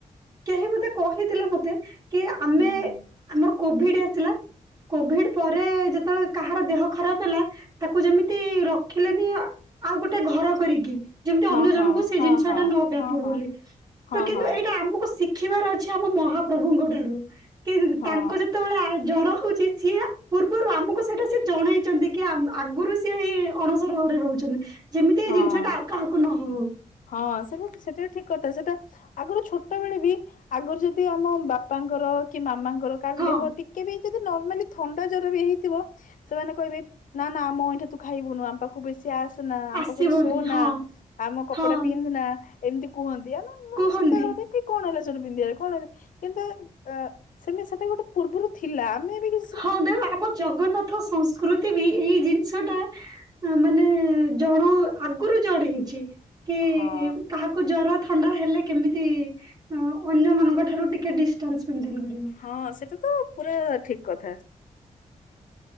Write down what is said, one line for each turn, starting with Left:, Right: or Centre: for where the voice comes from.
Right: କେହି ବୋଧେ କହିଥିଲେ ମତେ କି ଆମେ
Left: ହୁଁ ହୁଁ
Right: ଆମର କୋଭିଡ ଆସିଲା କୋଭିଡ ପରେ ଯେତବଳେ କାହାର ଦେହ ଖରାପ ହେଲା ତାକୁ ଯେମିତି ରଖିଲେନି ଆଉ ଗୋଟେ ଘର କରିକି ଯେମିତି
Left: ହଁ
Right: ଅନ୍ୟ
Left: ହଁ
Right: ଜଣଙ୍କୁ ସେ
Left: ହଁ
Right: ଜିନିଷଟା
Left: ହଁ
Right: ନ ବ୍ୟାପୁ
Left: ହଁ
Right: ବୋଲି
Left: ହଁ
Right: ତ କିନ୍ତୁ
Left: ହଁ
Right: ଏଇଟା ଆମୁକୁ ଶିଖ ଖିବାର ଅଛି ଆମ ମହାପ୍ରଭୁଙ୍କଠାରୁ କି
Left: ହଁ ହଁ
Right: ତାଙ୍କୁ ଯେତବଳେ ଆ ଜର ହୋଉଚି ସିଏ ପୂର୍ବରୁ ଆମକୁ ସେଇଟା ସିଏ ଜଣେଇଚନ୍ତି କି ଆମ ଆଗରୁ ସିଏ ଏ ଅଣସର ଘରେ ରହୁଛନ୍ତି। ଯେମିତି ଏଇ
Left: ହଁ
Right: ଜିନିଷଟା ଆଉ କାହାକୁ ନ ହୋଉ।
Left: ହଁ ସେଟା ସେଟା ଠିକ୍ କଥା ସେଟା ଆଗରୁ ଛୋଟବେଳେ ବି ଆଗରୁ ଯଦି ଆମ ବାପାଙ୍କର କି ମାମାଙ୍କ ର କାର
Right: ହଁ
Left: ଦେହ ଟିକେ ବି ଯଦି ନର୍ମାଲି ଥଣ୍ଡା ଜର ବି ହେଇଥିବ ସେମାନେ କହିବେ ନା ନା ଆମ ଅଇଁଠା ତୁ ଖାଇବୁନୁ ଆମ ପାଖକୁ ବେସ ସି ଆସେନା ଆମ
Right: ଆସିବନି
Left: ପାଖରେ ଶୋନା
Right: ହଁ
Left: ଆମ କ
Right: ହଁ
Left: ନା ଏମତି କୁହନ୍ତି ଆ ନା ନା
Right: କୁହନ୍ତି
Left: ସେତେବେଳେ ବି କି କଣ ହେଲା ସେଇତୁ ପିନ୍ଧିଆରେ କଣ ହେ କିନ୍ତୁ ଅ ସେମ ସେତେବେଳେ ଗୋଟେ ପୂର୍ବରୁ ଥିଲା ଆମେ ବି କି
Right: ହଁ ଦେ ଆମ ଜଗନ୍ନାଥ ସଂସ୍କୃତି ବି ଏଇ ଜିନିଷଟା ଆଁ ମାନେ ଜଣ ଆଗରୁ ଜଣେଇଚି କି
Left: ହଁ
Right: କାହା କୁ ଜର ଥଣ୍ଡା ହେଲେ କେମିତି ଅ ଅନ୍ୟମାନଙ୍କ ଠାରୁ ଟିକେ ଡିଷ୍ଟାନ୍ସ ମେଣ୍ଟେନ କରିବ।
Left: ହଁ ସେଟା ତ ପୁରା ଠିକ୍ କଥା।